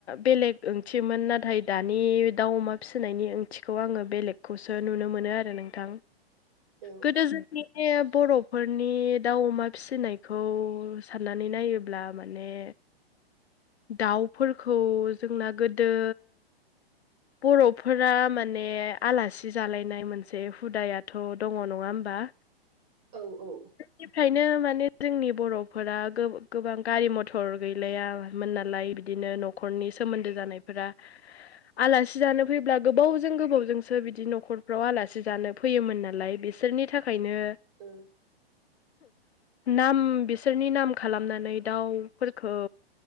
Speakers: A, on the left; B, on the right.
A: बेलेग ओंथिमोन नाथाय दानि दाउ अमा फिसिनायनि ओंथिखौ आङो बेलेगखौसो नुनो मोनो आरो नोंथां
B: औ
A: गोदो जोंनि बे बर'फोरनि दााव अमा फिसिनायखौ साननानै नायोब्ला माने
B: <inaudible>
A: दाउफोरखौ जोंना गोदो बर'फोरा माने आलासि जालायनाय मोनसे हुदायानो थ' दङ नङा होमबा
B: औ-औ
A: निफ्रायनो माने जोंनि बर'फोरा गोबां गारि मथर गैलायामोन नालाय बिदि बिदिनो न'खरनि सोमोन्दो जानायफोरा आलासि जानो फैब्ला गोबावजों गोबावजोंसो बिदि न'खरफ्राव आलासि जानो फै फैयोमोन नालाय बिसोरनि थाखायनो
B: औ
A: नाम बिसोरनि नाम खालामनानै दाउफोरखौ